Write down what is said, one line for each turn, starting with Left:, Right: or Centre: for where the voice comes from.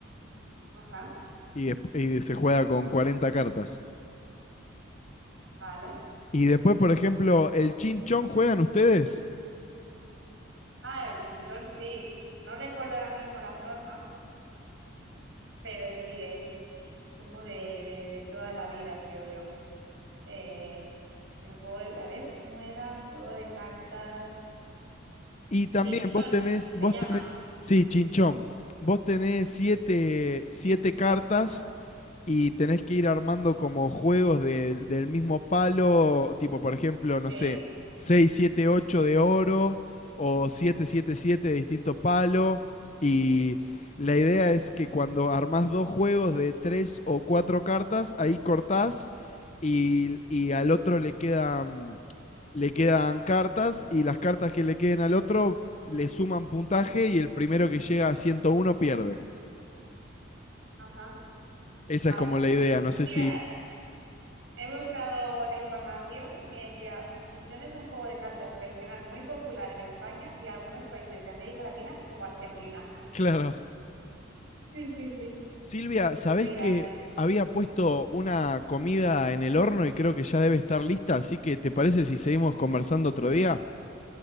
Right: Ajá.
Left: Y, desp- y se juega con 40 cartas.
Right: Vale.
Left: Y después, por ejemplo, el chinchón juegan ustedes.
Right: Ah, el chinchón, sí. No recuerdo ahora mismo las normas, pero sí es como de, de- de toda la vida, creo yo. Eh, el juego, de- a ver, ¿cómo era? Juego de cartas.
Left: Y también
Right: Chinchón,
Left: vos tenés, vos
Right: ¿le llamas?
Left: tenés, sí, chinchón. Vos tenés siete, siete cartas y tenés que ir armando como juegos de- del mismo palo, tipo, por ejemplo, no
Right: Sí,
Left: sé, 6 7 8 de oro o 7 7 7 de distinto palo. Y la idea es que cuando armás dos juegos de tres o cuatro cartas, ahí cortás y, y al otro le quedan, le quedan cartas y las cartas que le queden al otro le suman puntaje y el primero que llega a 101 pierde.
Right: ajá,
Left: Esa
Right: vale.
Left: es como la idea, no
Right: Sí,
Left: sé
Right: mira,
Left: si...
Right: eh,
Left: <laughs>
Right: he buscado la información y me decía, Chinchón es un juego de cartas tradicional muy popular en España y algunos países de América Latina como Argentina. <laughs>
Left: Claro.
Right: Sí, sí, sí.
Left: Silvia, ¿sabés
Right: Pues mira,
Left: que
Right: eh,
Left: había puesto una comida en el horno y creo que ya debe estar lista? Así que, ¿te parece si seguimos conversando otro día?